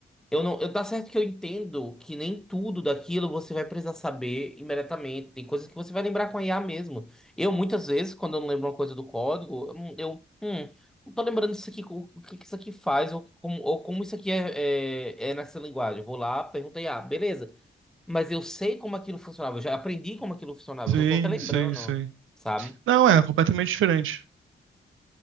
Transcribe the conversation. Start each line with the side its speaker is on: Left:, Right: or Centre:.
Centre: Eu não, eu tá certo que eu entendo que nem tudo daquilo você vai precisar saber imediatamente. Tem coisas que você vai lembrar com a IA mesmo. Eu, muitas vezes, quando eu não lembro uma coisa do código, hum, eu, hum, não tô lembrando isso aqui, o o que que isso aqui faz, ou como, ou como isso aqui é, é, é nessa linguagem. Eu vou lá, pergunto a IA, beleza. Mas eu sei como aquilo funcionava, eu já aprendi como aquilo funcionava,
Right: sim,
Centre: eu só tô relembrando,
Right: sim, sim.
Centre: sabe?
Right: Não, é completamente diferente.